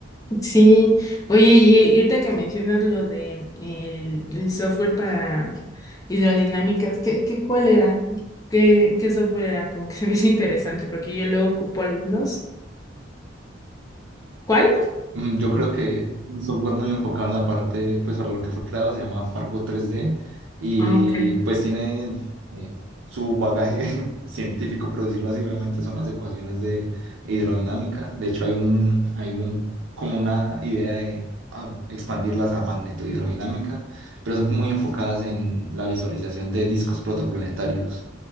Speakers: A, on the left; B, on the right.
A: Sí, oye, y ahorita que mencionas lo de el, el software para hidrodinámicas, ¿qué, qué cuál era? ¿Qué, qué software era? Como que <laughs> se me hizo interesante, porque yo luego ocupo algunos. ¿Cuál?
B: Mm, Yo creo que es un software muy enfocado en la parte, pues para lo que fue creado, se llama Fargo 3D y
A: Ah, Ok.
B: pues tiene eh, su bagaje <laughs> científico, por decirlo así, obviamente son las ecuaciones de hidrodinámica. De hecho, hay un, hay un, como una idea de ah, expandirlas a magnetohidrodinámica, pero son muy enfocadas en la visualización de discos protoplanetarios.